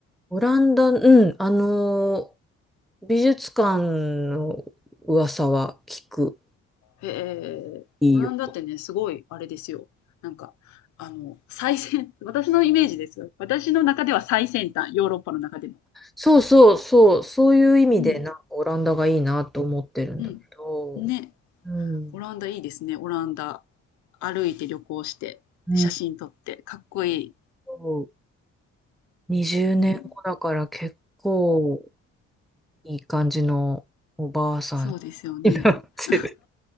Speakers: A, in the centre; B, on the left.
A: オランダ、うん、あのー美術館の噂は聞く。
B: ええ、
A: いいよ。
B: オランダってね、すごいあれですよ。なんか、あの、最先、<laughs> 私のイメージですよ。私の中では最先端、ヨーロッパの中でも。
A: そうそうそう、そういう意味で、
B: うん、
A: なんかオランダがいいなと思ってるんだけど、
B: うん。ね、
A: うん、
B: オランダいいですね、オランダ。歩いて旅行して、
A: うん、
B: で、写真撮って、かっこいい。
A: そう20年後だから結構
B: うん、
A: いい感じのおばあさんになってる。
B: そうですよね。<laughs>